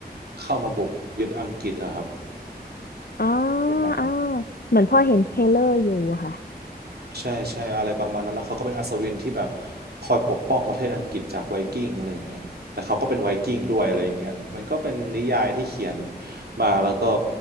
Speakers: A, on the right; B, on the left.
A: เข้ามาบุกยึดอังกฤษอะครับ
B: อ๋อ
A: เป็นหนัง
B: อ๋อเหมือนพ่อเห็นเทรลเลอร์อยู่อะค่ะ
A: ใช่ใช่อะไรประมาณนั้นแล้วเขาก็เป็นอัศวินที่แบบคอยปกป้องประเทศอังกฤษจากไวกิ้งอะไรอย่างเงี้ยแต่เขาก็เป็นไวกิ้งด้วยอะไรอย่างเงี้ยมันก็เป็นนิยายที่เขียนมาแล้วก็